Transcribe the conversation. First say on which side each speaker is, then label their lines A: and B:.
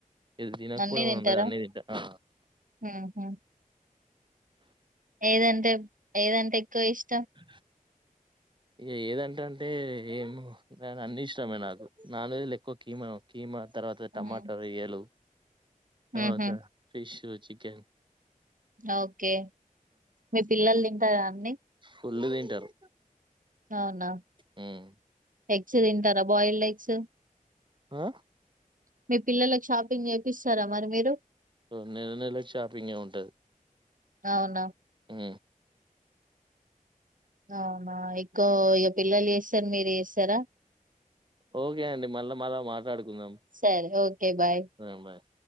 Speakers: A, on the right; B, on the right.
A: ఇది తినక
B: అన్నీ
A: పోవడం
B: తింటారా?
A: అని ఉండదు అన్నీ తింటా ఆ
B: హుహు. ఏదంటే ఏదంటే ఎక్కువ ఇష్టం
A: అ ఇగ ఏదంట అంటే ఏమో అన్ని ఇష్టమే నాకు నాన్ వెజ్ లో ఎక్కువ కీమా కీమా తర్వాత
B: హ్మ్.
A: టమాటా రొయ్యలు
B: హుహు.
A: అ స ఫిష్షు చికెన్
B: ఓకే మీ పిల్లలు తింటార అండి
A: పుళ్ళు తింటారు
B: అవునా
A: హ్మ్.
B: ఎగ్ ఎగ్స్ తింటారా బాయ్ ఎగ్సు
A: ఆ
B: మీ పిల్లలకు షాపింగ్ చేపిస్తారా మరి మీరు
A: ఆ నెల నెల షాపింగే ఉంటది
B: అవునా
A: ఆ
B: అవునా ఎక్కువ ఇ పిల్లలు చేస్తారు మీరు చేస్తారా
A: ఓకే అండి మళ్ళా మళా మాట్లాడుకుందాం
B: సరే. ఓకే. బాయ్.
A: ఆ బాయ్